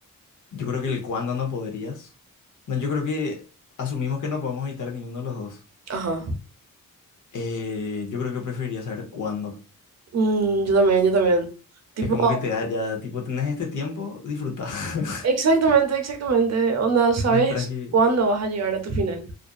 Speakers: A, on the left; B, on the right.
A: Yo creo que el cuándo no podrías. No, yo creo que asumimos que no podemos evitar ninguno de los dos.
B: ajá.
A: Eh, yo creo que preferiría saber cuándo.
B: Mm, yo también, yo también. Tipo.
A: Es como que te da ya, tipo, tenés este tiempo, disfruta. <laughs>
B: Exactamente, exactamente. Onda, sabes
A: Mientras que,
B: cuándo vas a llegar a tu final.